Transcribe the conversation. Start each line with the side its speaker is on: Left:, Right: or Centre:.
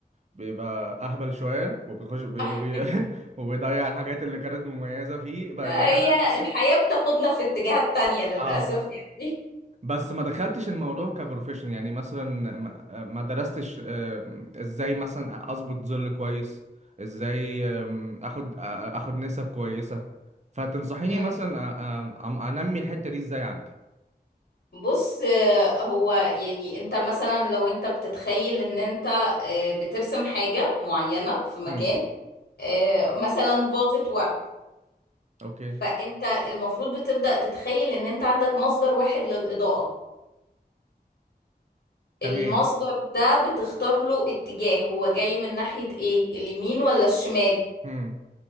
Right: بيبقى اهبل شويه وبيخش وبي...
Left: <laughs>
Right: <laughs> وبي... وبيضيع الحاجات اللي كانت مميزه فيه بقى
Left: هي
Right: يعني انا
Left: الحياة بتاخدنا في اتجاهات تانية للأسف
Right: اه
Left: يعني
Right: بس ما دخلتش الموضوع كبروفيشن يعني مثلا ما ما درستش آم، ازاي مثلا اظبط ظل كويس ازاي آم، اخد آ- اخد نسب كويسة فتنصحيني
Left: مم.
Right: مثلا آ- آم، أم- انمي الحتة دي ازاي عندي
Left: بص آه، هو يعني انت مثلا لو انت بتتخيل ان انت آه، بترسم حاجة معينة في مكان
Right: هم
Left: آه، مثلا فازة ورد
Right: اوكي
Left: فانت المفروض بتبدأ تتخيل ان انت عندك مصدر واحد للإضاءة
Right: تمام
Left: المصدر ده بتختار له اتجاه هو جاي من ناحية ايه اليمين ولا الشمال
Right: هم